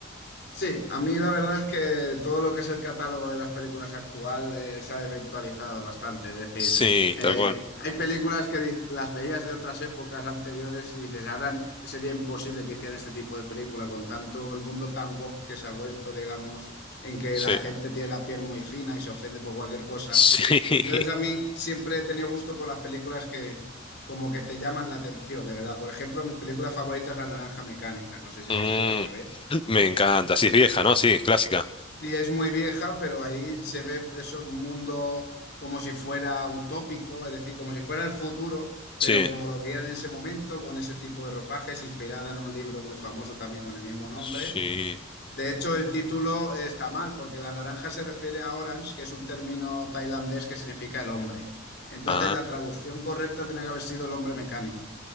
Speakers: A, on the left; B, on the left.
A: Sí, a mí la verdad es que todo lo que es el catálogo de las películas actual eh, se ha desvirtualizado bastante. Es decir,
B: Sí,
A: eh,
B: tal cual.
A: hay películas que di- las veías de otras épocas anteriores y dices, ahora sería imposible que hicieran este tipo de película con tanto el mundo tan woke que se ha vuelto, digamos, en que
B: Sí.
A: la gente tiene la piel muy fina y se ofende por cualquier cosa.
B: <laughs> Sí.
A: Entonces a mí siempre he tenido gusto por las películas que como que te llaman la atención, de verdad. Por ejemplo, mi película favorita es La Naranja Mecánica. No sé si
B: Mm,
A: la has oído alguna vez.
B: me encanta. Sí, es vieja, ¿no? Sí, es clásica.
A: Sí, es muy vieja, pero ahí se ve eso, un mundo como si fuera utópico, es decir, como si fuera el futuro, pero
B: Sí.
A: como lo veían en ese momento, con ese tipo de ropajes, inspirada en un libro muy famoso también con el mismo nombre.
B: Sí.
A: De hecho, el título eh, está mal, porque la naranja se refiere a orange, que es un término tailandés que significa el hombre. Entonces,
B: Ah.
A: la traducción correcta tenía que haber sido el hombre mecánico.